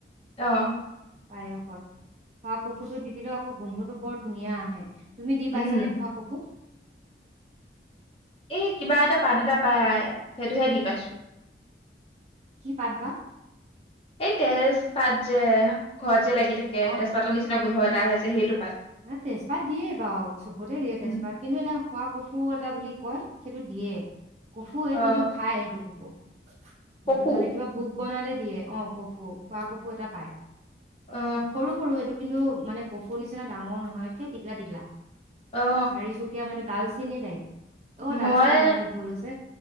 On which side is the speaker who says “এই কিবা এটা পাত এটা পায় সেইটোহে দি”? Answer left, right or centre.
Left